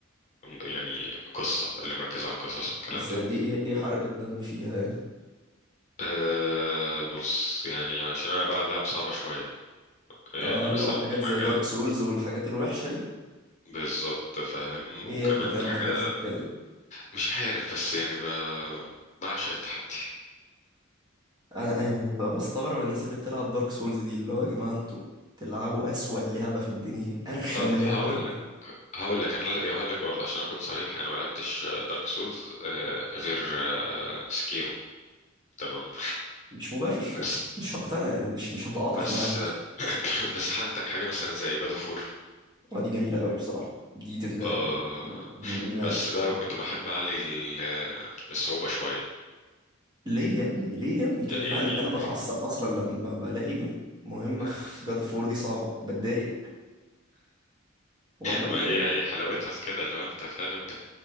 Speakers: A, on the left; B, on the right.
A: يعني قصة اللي مركزة على القصص والكلام
B: بس
A: ده
B: دي ايه ايه حرق الدم فيها يعني
A: أه بص يعني عشان أنا بلعب لعب صعبة شوية يعني
B: آه، الله
A: مثلا
B: حاجات
A: حاجة
B: زي دارك سولز والحاجات الوحشه دي
A: بالظبط فاهم
B: ليه
A: وكمان
B: يا ابني تعمل
A: حاجة
B: في نفسك كده
A: مش عارف بس يعني ب... بعشق التحدي
B: انا يعني ب- بستغرب الناس اللي بتلعب دارك سولز دي اللي هو يا جماعه انتوا بتلعبوا اسوأ لعبه في الدنيا ارخم
A: طب
B: لعبه
A: هقول
B: في الدنيا
A: لك هقول لك انا يعني هقول لك برضه عشان اكون صريح انا ما لعبتش دارك سولز غير آه، سكيرو تمام
B: مش مبرر
A: بس
B: مش هقتنع يعني مش مش هتعاطف
A: بس
B: معاك
A: <coughs> بس عندك حاجه مثلا زي جاد اوف وور
B: ودي جميله قوي بصراحه دي تتلعب
A: آه
B: يعني يعني جميله
A: بس
B: قوي
A: بقى كنت بحب اعلي ال- الصعوبه شويه
B: ليه يا ابني ليه يا ابني كده
A: يعني
B: انا انا بتعصب اصلا لما بلاقي م- مهمه
A: <laughs>
B: في جاد فور دي صعبه بتضايق والله
A: ما
B: بجد
A: هي هي حلاوتها في كده اللي هو انت فعلا بت